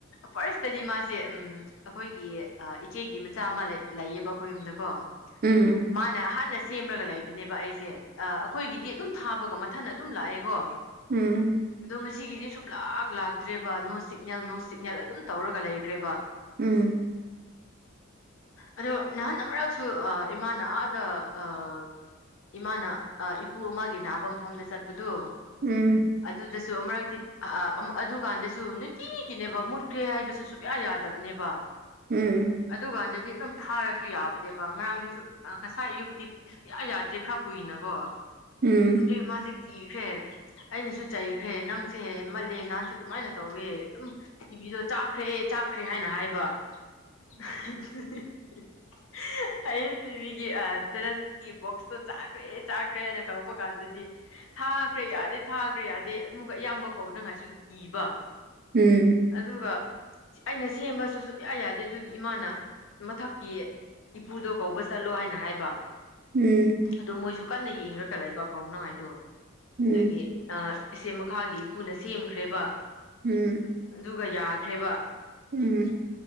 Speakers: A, on the left; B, on the right.
A: ꯐꯥꯔꯁꯇꯗꯤ ꯃꯥꯁꯦ ꯎꯝ ꯑꯩꯈꯣꯏꯒꯤ ꯑꯥ ꯏꯆꯦꯒꯤ ꯃꯆꯥ ꯑꯃ ꯂꯩ ꯂꯩꯌꯦꯕ ꯑꯩꯈꯣꯏ ꯌꯨꯝꯗꯀꯣ
B: ꯎꯝ
A: ꯃꯥ__ ꯅꯍꯥꯟꯅ ꯁꯦꯝꯔꯒ ꯂꯩꯕꯅꯦꯕ ꯑꯩꯁꯦ ꯑꯥ ꯑꯩꯈꯣꯏꯒꯤꯗꯤ ꯑꯗꯨꯝ ꯊꯥꯕꯒ ꯃꯊꯟ ꯑꯗꯨꯝ ꯂꯥꯛꯑꯦꯀꯣ
B: ꯎꯝ
A: ꯑꯗꯣ ꯉꯁꯤꯒꯤꯗꯤ ꯁꯨꯞꯂꯥꯛ ꯂꯥꯛ__ ꯇ꯭ꯔꯦꯕ ꯅꯣ ꯁꯤꯒꯅꯦꯜ ꯅꯣ ꯁꯤꯒꯅꯦꯜ ꯑꯗꯨꯝ ꯇꯧꯔꯒ ꯂꯩꯈ꯭ꯔꯦꯕ
B: ꯎꯝ
A: ꯑꯗꯣ ꯅꯍꯥꯟ ꯑꯃꯔꯛꯁꯨ ꯑꯥ ꯏꯃꯥꯅ ꯑꯥꯗ ꯑꯥ ꯏꯃꯥꯅ ꯑꯥ ꯏꯄꯨ ꯑꯃꯒꯤ ꯅꯕꯥ ꯃꯐꯝꯗ ꯆꯠꯄꯗꯨ
B: ꯎꯝ
A: ꯑꯗꯨꯗꯁꯨ ꯑꯃꯔꯛꯇꯤ ꯑꯥ ꯑꯥ ꯑꯃ ꯑꯗꯨ ꯀꯥꯟꯗꯁꯨ ꯅꯨꯇꯤꯒꯤꯅꯦꯕ ꯃꯨꯠꯈ꯭ꯔꯦ ꯍꯥꯏꯕꯁꯨ ꯁꯨꯛꯌꯥ ꯌꯥ__ ꯇꯞꯄꯅꯦꯕ
B: ꯎꯝ
A: ꯑꯗꯨꯀꯥꯟꯗꯗꯤ ꯑꯗꯨꯝ ꯊꯥꯔꯁꯨ ꯌꯥꯕꯅꯦꯕ ꯉꯔꯥꯡꯗꯤꯁꯨ ꯑꯥ ꯉꯁꯥꯏ ꯑꯌꯨꯛꯇꯤ ꯁꯨꯛꯌꯥ ꯌꯥꯗ꯭ꯔꯦ ꯈꯔ ꯀꯨꯏꯅꯀꯣ
B: ꯎꯝ
A: ꯘꯨꯏ ꯃꯥꯁꯦ ꯀꯤꯈ꯭ꯔꯦ ꯑꯩꯅꯁꯨ ꯆꯩꯈ꯭ꯔꯦ ꯅꯪꯁꯦꯅ ꯃꯜꯂꯦ ꯅꯍꯥꯟꯁꯨ ꯑꯗꯨꯃꯥꯏꯅ ꯇꯧꯋꯦ ꯑꯗꯨꯝ ꯇꯤꯚꯤꯗꯣ ꯆꯥꯛꯈ꯭ꯔꯦ ꯆꯥꯛꯈ꯭ꯔꯦ ꯍꯥꯏꯅ ꯍꯥꯏꯕ <unintelligible>
B: <inaudible>
A: ꯑꯩꯁ ꯇꯤꯚꯤꯒꯤ ꯑꯥ ꯇꯔꯁ ꯀꯤ ꯕꯣꯛꯁꯇꯣ ꯆꯥꯛꯈ꯭ꯔꯦ ꯆꯥꯛꯈ꯭ꯔꯦ ꯍꯥꯏꯅ ꯇꯧꯕ ꯀꯥꯟꯗꯗꯤ ꯊꯥꯈ꯭ꯔꯦ ꯌꯥꯔꯦ ꯊꯥꯈ꯭ꯔꯦ ꯌꯥꯗꯦ ꯑꯃꯨꯛꯀ ꯏꯌꯥꯝꯕ ꯀꯧꯗꯉꯥꯏꯁꯨ ꯀꯤꯕ
B: ꯎꯝ
A: ꯑꯗꯨꯒ ꯑꯩꯅ ꯁꯦꯝꯕꯁꯨ ꯁꯨꯞꯌꯥ ꯌꯥꯗꯦ ꯑꯗꯨꯒꯤ ꯏꯃꯥꯅ ꯃꯊꯛꯀꯤ ꯏꯄꯨꯗꯣ ꯀꯧꯕ ꯆꯠꯂꯣ ꯍꯥꯏꯅ ꯍꯥꯏꯕ
B: ꯎꯝ
A: ꯑꯗꯣ ꯃꯣꯏꯁꯨ ꯀꯟꯅ ꯌꯦꯡꯉꯔ ꯂꯩꯕ ꯀꯥꯎꯅꯉꯥꯏꯗꯣ
B: ꯎꯝ
A: ꯑꯗꯨꯒꯤ ꯑꯥ ꯑꯁꯦ ꯃꯈꯥꯒꯤ ꯄꯨꯅ ꯁꯦꯝꯈ꯭ꯔꯦꯕ
B: ꯎꯝ
A: ꯑꯗꯨꯒ ꯌꯥꯈ꯭ꯔꯦꯕ
B: ꯎꯝ